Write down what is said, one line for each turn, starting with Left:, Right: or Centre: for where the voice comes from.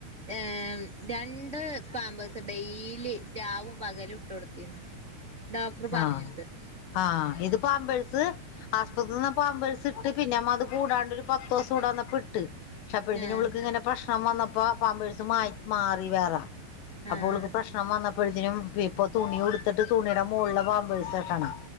Right: ഏഹ് ഉം രണ്ട് പാമ്പേഴ്സ് ഡെയ്ലി രാവും പകലും ഇട്ട് കൊടുത്തിരുന്നു ഡോക്ടറ് പറഞ്ഞിട്ട്
Left: ആഹ് ആഹ് ഇത് പാമ്പേഴ്സ് ആസ്പത്രിൽ നിന്ന് പാമ്പേഴസ് ഇട്ട് പിന്നെ നമ്മ അത് കൂടാണ്ട് ഒരു പത്തോസം ഇവടന്നപ്പം ഇട്ട് ക്ഷെ അപ്പഴത്തേനും
Right: ആഹ്
Left: ഇവള്ക്ക് ഇങ്ങനെ പ്രശ്നം വന്നപ്പോ പാമ്പേഴസ് മായ് മാറി വേറെ അപ്പൊ
Right: ആഹ്
Left: ഓള്ക്ക് പ്രശ്നം വന്നപ്പൊഴത്തേനും ഇപ്പൊ തുണി ഉടുത്തിട്ട് തുണിടെ മോളിലാ പാമ്പേഴ്സ് കെട്ടണെ